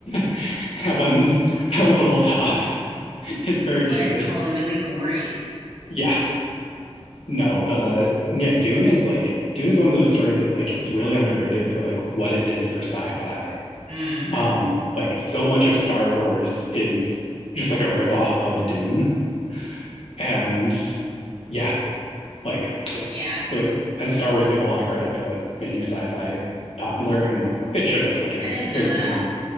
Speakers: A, on the left; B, on the right.
A: <laughs> That one's that one's a little tough. <laughs> It's very dated.
B: but it's l- really gory.
A: Yeah. No, the yeah, Dune is like Dune is one of those stories that like is really underrated for like what it did for sci-fi.
B: hmm
A: Um, like so much of Star Wars is just like a ripoff of Dune. And yeah, like it's
B: Yeah,
A: so it and Star Wars gets a lot of credit for like making sci-fi popular and like it should have. Like it
B: I
A: was
B: didn't know
A: it was
B: that.
A: phenomenal.